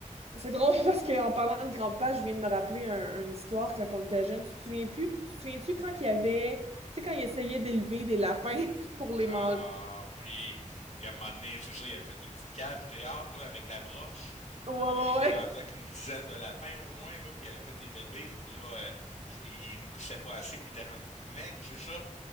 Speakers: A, on the right; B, on the left.
A: c'est drôle <laughs> parce qu'en parlant de grand-papa, je viens de me rappeler un- une histoire quand on était jeune. Tu te souviens plus, tu te souviens-tu quand il y avait, tu sais, quand il essayait d'élever des lapins <laughs> pour les
B: Ah
A: manger?
B: oui. Puis à un moment donné, c'est ça, il avait fait une petite cage dehors là, avec de la broche.
A: Ouais,
B: Puis là, il était
A: ouais,
B: rendu avec une dizaine de lapins au moins, là, puis il avait fait des bébés, puis là, euh, je- il nourrissait pas assez, puis il était rendu tout maigre, c'est ça?